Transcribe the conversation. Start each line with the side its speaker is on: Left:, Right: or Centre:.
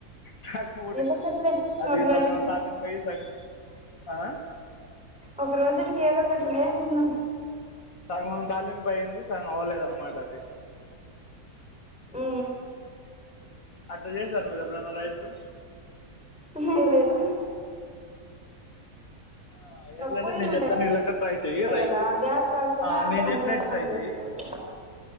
Left: చాక్ ఒడి
Centre: ఒకటిలే
Left: అది
Centre: ఒక రోజుటికి
Left: సగం తాలింపై సగం ఆ
Centre: ఒక రోజుడికి ఏదో ఒకటిలే అంటున్న
Left: సగం తాలింపైంది అయింది సగం అవ్వలేదన్నమాట అది
Centre: ఉ
Left: అట్ల చేసార మీరేప్పుడైనా రైసూ
Centre: <unintelligible>
Left: ఆ ఎట్లంటే
Centre: పొయ్యిలు
Left: నేను
Centre: ఉంటాయి
Left: చెప్తాను ఎల్లక్కడ ట్రై చేయి రైసు
Centre: కదా గ్యాస్ లేకుండా
Left: ఆ నేను
Centre: వంట
Left: చెప్పినట్టు
Centre: వేసుకొని
Left: ట్రై
Centre: చేసుకోవచ్చు
Left: చైయ్యి